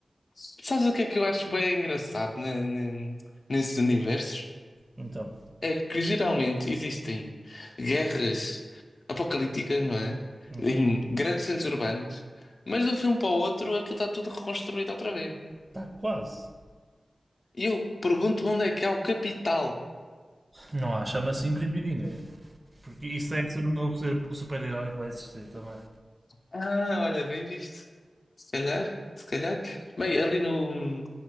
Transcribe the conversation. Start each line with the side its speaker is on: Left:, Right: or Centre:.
Left: Sabes o que é que eu acho bem engraçado ne- ne- nesses universos?
Right: Então,
Left: É que geralmente existem guerras apocalípticas, não é?
Right: uhum,
Left: Em grandes centros urbanos, mas de um filme para o outro aquilo está tudo reconstruído outra vez.
Right: está quase.
Left: E eu pergunto-me onde é que há o capital.
Right: Não há, chama-se imprimir dinheiro. Porque isso é ser o novo ser- o super-herói que vai existir também.
Left: Ah, olha, bem visto. Se calhar, se calhar. Bem, ali no.